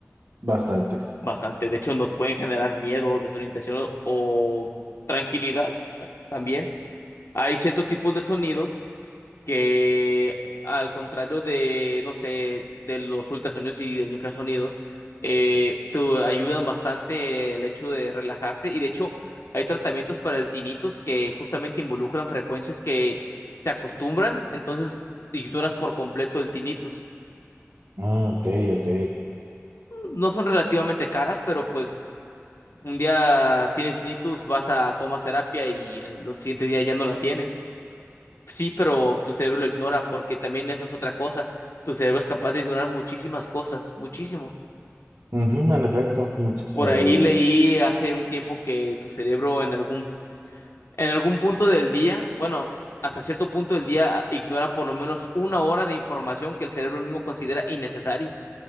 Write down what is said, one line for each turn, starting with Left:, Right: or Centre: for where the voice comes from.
Right: Bastante.
Left: bastante. De hecho, nos pueden generar miedo, desorientación o o tranquilidad ah, también. Hay ciertos tipos de sonidos que, al contrario de, no sé, de los ultrasonidos y del infrasonidos, eh, te ayudan bastante el hecho de relajarte. Y de hecho, hay tratamientos para el tinnitus que justamente involucran frecuencias que te acostumbran, entonces ignoras por completo el tinnitus.
Right: Ah, ok, ok.
Left: No son relativamente caras, pero pues un día tienes tinnitus, vas a tomas terapia y el siguiente día ya no la tienes. Sí, pero tu cerebro lo ignora porque también eso es otra cosa. Tu cerebro es capaz de ignorar muchísimas cosas, muchísimo.
Right: Ujú, en efecto, mucho.
Left: Por
Right: eh,
Left: ahí leí hace un tiempo que tu cerebro en algún, en algún punto del día, bueno, hasta cierto punto del día ignora por lo menos una hora de información que el cerebro mismo considera innecesario.